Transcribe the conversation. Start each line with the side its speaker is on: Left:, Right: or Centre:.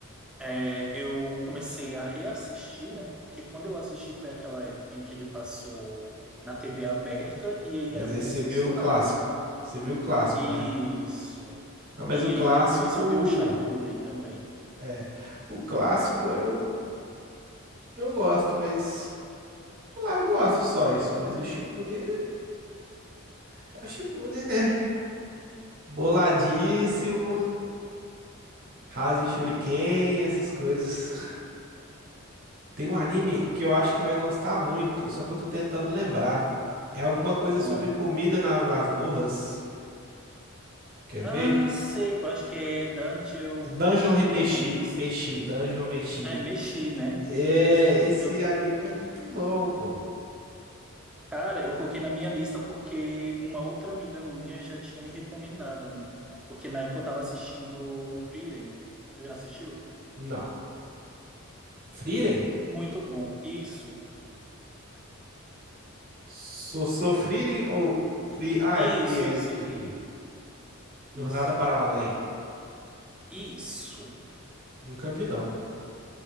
Centre: É, eu comecei a reassistir, né? Porque quando eu assisti foi aquela época em que ele passou na TV aberta e aí
Right: Mas
Centre: era muito
Right: aí você
Centre: censurado,
Right: viu o clássico.
Centre: né?
Right: Você viu o clássico,
Centre: Isso.
Right: né? Não, mas
Centre: E
Right: o clássico.
Centre: aí depois eu vi o Shippuden também.
Right: É. O clássico eu, eu gosto, mas. Sei lá, eu gosto só isso. Mas o Shippuden é o Shippuden, né? Boladíssimo, Rasen Shuriken, essas coisas. Tem um anime que eu acho que você vai gostar muito, só que eu tô tentando lembrar. É alguma coisa sobre
Centre: Ah,
Right: comida nas masmorras. Quer
Centre: ah,
Right: ver?
Centre: sei. Eu acho que é Dungeon Mushi,
Right: Dungeon Re- Meshi.
Centre: alguma coisa assim.
Right: Meshi, Dungeon Meshi.
Centre: É, mexi, né?
Right: É,
Centre: É isso.
Right: esse
Centre: Eu,
Right: anime é muito bom, pô.
Centre: cara, eu coloquei na minha lista porque uma outra amiga minha já tinha me recomendado, né? Porque na época eu tava assistindo Frieren. Já assistiu?
Right: Não. Frieren?
Centre: Muito bom. Isso.
Right: sou sou Frieren ou Free. Ah,
Centre: Isso,
Right: é Frieren,
Centre: isso,
Right: entendi.
Centre: i- i-
Right: Jornada
Centre: isso.
Right: para o Além.
Centre: Isso.
Right: Nunca vi, não.